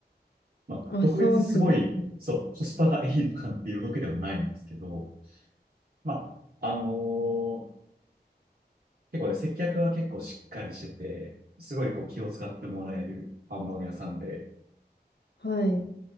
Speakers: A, on the right; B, on the left.
A: まあ特別すごい、
B: あ、そうなんですね。
A: そう、コスパがいいのかっていうわけでもないんですけど、まあ、あのー結構ね、接客は結構しっかりしてて、すごいこう気を使ってもらえるハンバーガー屋さんで、
B: はい。